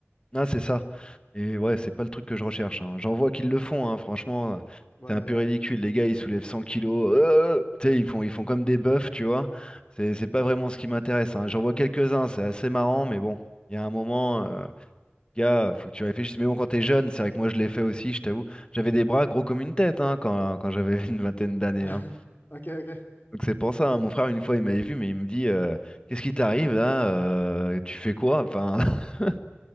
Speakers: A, on the left; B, on the left.
A: Non, c'est ça. Et ouais, c'est pas le truc que je recherche. hein. J'en vois qu'ils le font, hein, franchement. euh,
B: Ouais.
A: C'est un peu ridicule, les gars, ils soulèvent 100 kilos, euh, tu sais, ils font, ils font comme des bœufs, tu vois. C'est c'est pas vraiment ce qui m'intéresse. hein. J'en vois quelques-uns, c'est assez marrant, mais bon, il y a un moment. euh, Gars, faut que tu réfléchisses. Mais bon, quand t'es jeune, c'est vrai que moi je l'ai fait aussi, je t'avoue. J'avais des bras gros comme une tête hein, quand, quand j'avais <laughs> une vingtaine d'années.
B: <laughs>
A: hein.
B: OK, OK.
A: Donc c'est pour ça. hein. Mon frère, une fois, il m'avait vu, mais il me dit euh, Qu'est-ce qui t'arrive là Euh, Tu fais quoi? Enfin, <laughs>